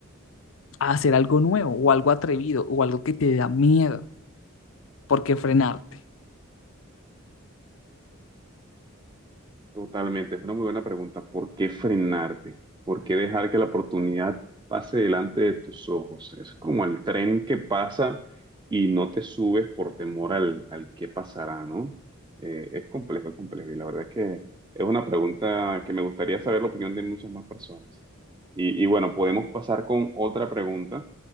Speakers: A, on the left; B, on the right.
A: a hacer algo nuevo o algo atrevido o algo que te da miedo ¿Por qué frenarte?
B: Totalmente, es una muy buena pregunta. ¿Por qué frenarte? ¿Por qué dejar que la oportunidad pase delante de tus ojos? Es como el tren que pasa y no te subes por temor al, al qué pasará, ¿no? Eh, es complejo, es complejo. Y la verdad es que es una pregunta que me gustaría saber la opinión de muchas más personas. Y, y bueno, podemos pasar con otra pregunta.